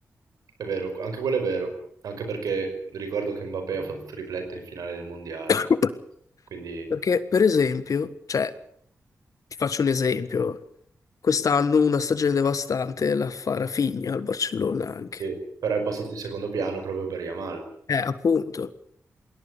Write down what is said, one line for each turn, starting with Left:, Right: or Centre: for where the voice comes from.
Right: È vero, anche quello è vero, anche perché ricordo che Mbappé ha fatto triplette in finale del Mondiale,
Left: <coughs>
Right: quindi
Left: Perché, per esempio, cioè, ti faccio un esempio, quest'anno una stagione devastante la fa Rafinha al Barcellona anche.
Right: sì, però è passato in secondo piano proprio per Yamal.
Left: Eh, appunto,